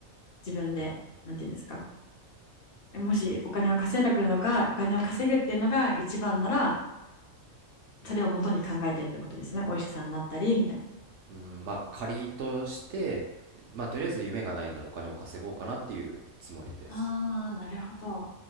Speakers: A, on the left; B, on the right.
A: 自分で、なんていうんですか、もしお金を稼ぐのがお金を稼ぐっていうのが一番ならそれを元に考えてるってことですねお医者さんになったりみたいな。
B: うん、まあ仮として、まあとりあえず夢がないならお金を稼ごうかなっていうつもりです。
A: ああ、なるほど。